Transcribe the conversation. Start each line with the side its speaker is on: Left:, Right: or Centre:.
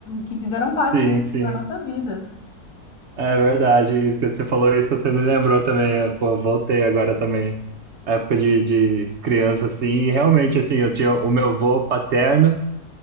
Left: que fizeram parte
Right: sim, sim.
Left: da nossa vida.
Right: É verdade. E você você falou isso, você me lembrou também. é, Pô, voltei agora também. a Época de, de criança, assim. E realmente, assim, eu tinha o meu avô paterno.